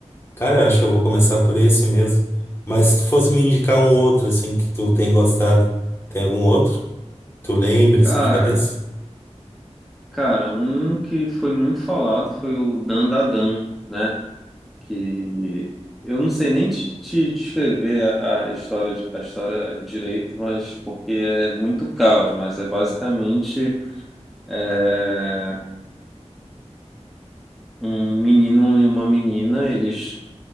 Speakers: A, on the left (about 20°); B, in the centre.
A: Cara, eu acho que eu vou começar por esse mesmo. Mas se tu fosse me indicar um outro, assim, que tu tem gostado, tem algum outro? Tu lembra, assim,
B: Cara,
A: de cabeça?
B: cara, um que foi muito falado foi o Dandadan, né? Que eu não sei nem te, te descrever a, a história, a história direito, mas porque é muito caos, mas é basicamente é, um menino e uma menina, eles